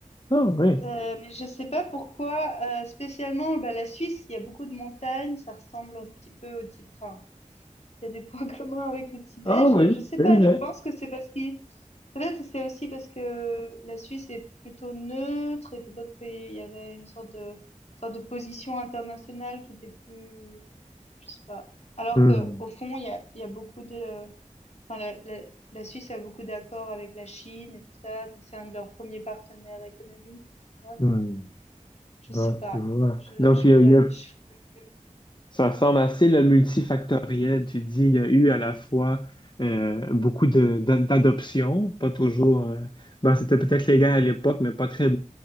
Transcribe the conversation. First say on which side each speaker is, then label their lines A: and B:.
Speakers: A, on the left; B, on the left.
A: Ah oui.
B: Euh, mais je sais pas pourquoi euh, spécialement bah, la Suisse, il y a beaucoup de montagnes, ça ressemble un petit peu au type, enfin, il y a des points <laughs> communs avec le Tibet.
A: Ah oui,
B: Je, je sais
A: c'est
B: pas,
A: vrai.
B: je pense que c'est parce qu'il. Peut-être c'est aussi parce que la Suisse est plutôt neutre et peut-être qu'il y avait une sorte de, sorte de position internationale qui était plus. Je sais pas. Alors
A: Hmm,
B: que au fond, il y a, il y a beaucoup de. Enfin, la, la, la Suisse a beaucoup d'accords avec la Chine et tout ça. Donc c'est un de leurs premiers partenaires économiques, etc. Donc,
A: hmm.
B: je
A: Bah,
B: sais pas.
A: tu vois.
B: Je,
A: Donc,
B: je
A: il
B: pourrais,
A: y a, il y a-
B: je faudrait que.
A: Ça semble assez le multifactoriel. Tu dis, il y a eu à la fois euh, beaucoup de, d'a- d'adoptions, pas toujours. euh, bon, c'était peut-être légal à l'époque, mais pas très,